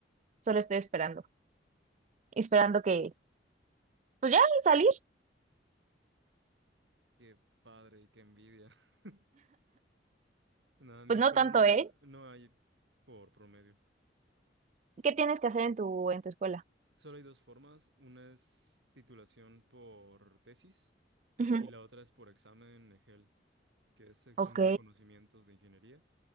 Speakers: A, on the right (about 40°); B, on the right (about 90°).
A: solo estoy esperando, esperando que, pues ya salir,
B: Qué padre y qué envidia. <laughs> Nada, en
A: pues
B: mi escuela
A: no tanto,
B: no,
A: ¿eh?
B: no hay por promedio.
A: ¿Qué tienes que hacer en tu, en tu escuela?
B: Solo hay dos formas. Una es titulación por tesis
A: Ujú.
B: Y la otra es por examen EGEL, que es examen
A: Ok,
B: de conocimientos de ingeniería.